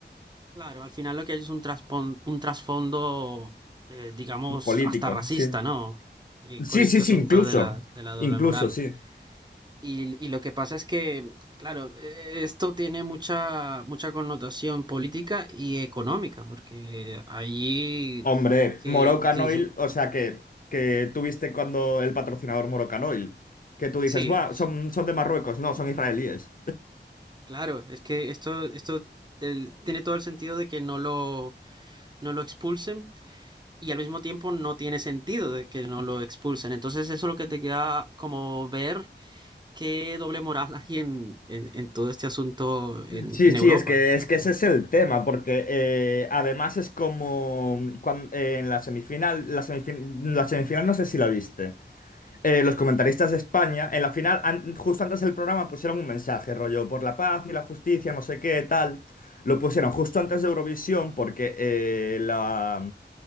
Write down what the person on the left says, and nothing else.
Político,
sí.
Sí,
sí, sí,
incluso,
incluso,
sí.
Hombre,
Morocanoil,
o sea que, que tuviste cuando el patrocinador Morocanoil, que tú dices,
"Buah,
son, son de Marruecos, no, son israelíes.
Sí,
sí,
es que,
es que ese es el tema, porque eh, además es como cuan- eh, en la semifinal, la semifinal, la semifinal no sé si la viste. Eh, los comentaristas de España, en la final, an- justo antes del programa, pusieron un mensaje, rollo, por la paz y la justicia, no sé qué, tal. Lo pusieron justo antes de Eurovisión porque eh, la,